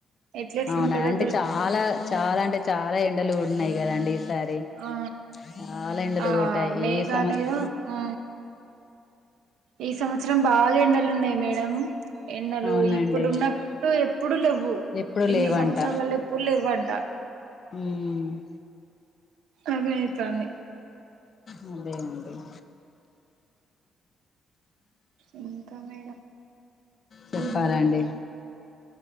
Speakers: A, on the right (about 85°); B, on the left (about 45°).
A: ఎట్ల ఎట్ల
B: అవునా
A: ఉంటందో
B: అంటే చాలా చాలా అంటే చాలా ఎండలు ఉన్నాయి కదండి ఈసారి
A: ఆ
B: చాలా ఎండలు
A: ఆ
B: కోటాయి
A: మేఘాలేద
B: యే సంవత్స
A: ఆ ఈ సంవత్సరం బాగ ఎండలు ఉన్నాయి మేడం ఎన్నలు
B: అవునండి
A: ఇప్పుడు ఉన్నప్పుడు ఎప్పుడు లేవ్వు
B: ఎప్పుడు
A: ఇన్ని
B: లేవంట
A: సంవత్సరాలలో ఎప్పుడు లెవ్వంట
B: ఊమ్
A: ఆకాలైతాంది
B: ముందే ఉంటయి
A: ఊమ్ ఇంకా మేడం
B: చెప్పాలండి
A: ఉమ్